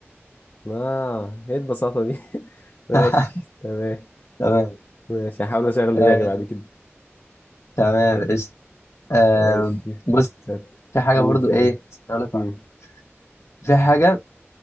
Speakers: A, on the left; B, on the left.
A: اه ايه البساطه دي <laughs> ماشي
B: <laughs>
A: تمام
B: تمام
A: ماشي هحاول اشغل دماغي
B: آه،
A: بعد كده
B: تمام قشطة
A: <laughs>
B: آه،
A: ماشي
B: بص في حاجه
A: قول
B: برضو
A: تاني
B: ايه اقول لك بقى.
A: مم.
B: في حاجه